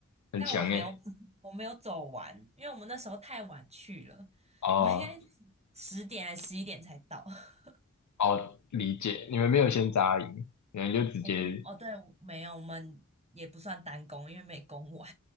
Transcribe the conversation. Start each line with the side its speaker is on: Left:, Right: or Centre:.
Left: 很强诶。
Right: 但我没有，<laughs> 我没有走完，因为我们那时候太晚去了，
Left: 哦
Right: 我们应该十点还十一点才到。<laughs>
Left: 哦，理解，你们没有先扎营，你们就直接
Right: 我们哦，对，没有，我们也不算单攻，因为没攻完，